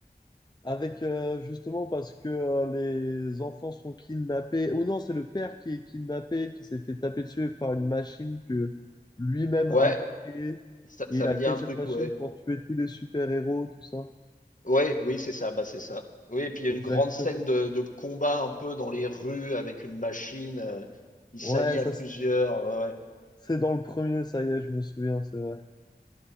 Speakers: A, on the left; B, on the left.
A: Avec euh, justement parce que euh, les enfants sont kidnappés, ou non, c'est le père qui est kidnappé, qui s'est fait taper dessus par une machine que lui-même
B: Ouais,
A: a créée.
B: ça,
A: Et
B: ça
A: il a
B: me
A: créé
B: dit un
A: cette
B: truc,
A: machine
B: ouais.
A: pour tuer tous les super-héros, tout ça.
B: Ouais, oui, c'est ça, bah c'est ça. Oui, et puis il
A: Exactement.
B: y a une grande scène de, de combat un peu dans les rues avec une machine. euh, il
A: Ouais,
B: s'allie
A: ça,
B: à plusieurs.
A: c'est
B: ouais. ouais.
A: c'est dans le premier, ça y est, je me souviens, c'est vrai.